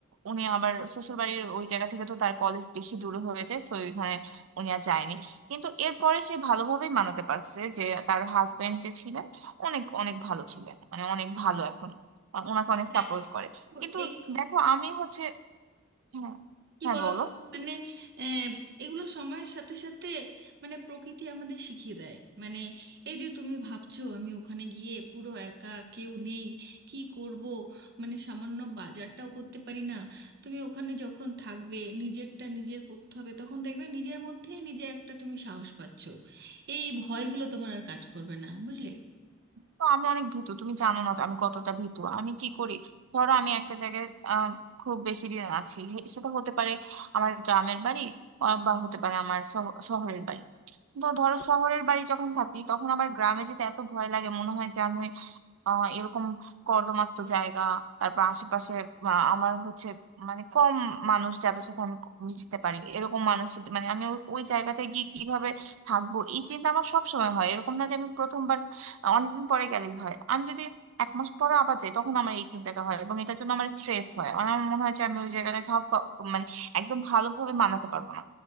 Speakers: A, on the right (about 80°); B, on the right (about 55°).
A: উনি আবার শ্বশুর বাড়ির ওই জায়গা থেকে তো তার কলেজ বেশি দূরে হয়ে যায় তো ওইখানে উনি আর যায়নি কিন্তু এরপরে সে ভালোভাবেই মানাতে পারছে যে তার হাজবেন্ড যে ছিলেন অনেক অনেক ভালো ছিলেন মানে অনেক ভালো এখন আহ, ওনাকে অনেক
B: হ্যাঁ,
A: সাপোর্ট করে
B: তো
A: কিন্তু
B: এই
A: দেখো আমি হচ্ছে হ্যাঁ
B: কি
A: হ্যাঁ
B: বলতো
A: বলো
B: মানে আহ, এগুলো সময়ের সাথে সাথে মানে প্রকৃতি আমাদের শিখিয়ে দেয় মানে এই যে তুমি ভাবছো আমি ওখানে গিয়ে পুরো একা কেউ নেই কি করব মানে সামান্য বাজারটাও করতে পারি না তুমি ওখানে যখন থাকবে নিজেরটা নিজের করতে হবে তখন দেখবে নিজের মধ্যেই নিজে একটা তুমি সাহস পাচ্ছো এই ভয়গুলো তোমার আর কাজ করবে না বুঝলে
A: তো আমি অনেক ভীতু তুমি জানো না তো আমি কতটা ভীতু আমি কি করি ধরো আমি একটা জায়গায় আম, খুব বেশি দিন আছি হে- সেটা হতে পারে আমার গ্রামের বাড়ি আ, বা হতে পারে আমার শহ- শহরের বাড়ি তো ধরো শহরের বাড়ি যখন থাকি তখন আমার গ্রামে যেতে এত ভয় লাগে মনে হয় আহ এরকম কর্দমাক্ত জায়গা তারপর আশেপাশে আহ, আমার হচ্ছে মানে কম মানুষ যাদের সাথে আমি ক- মিশতে পারি এরকম মানুষ যদি- মানে আমি ওই ওই জায়গাটায় গিয়ে কিভাবে থাকবো এই চিন্তা আমার সবসময় হয় এরকম না যে আমি প্রথমবার আহ, অনেকদিন পরে গেলেই হয় আমি যদি এক মাস পরে আবার যাই তখন আমার এই চিন্তাটা হয় এবং এটার জন্য আমার স্ট্রেস হয় মানে আমার মনে হয় যে আমি ওই জায়গাটা খাপ খা- মানে একদম ভালোভাবে মানাতে পারবো না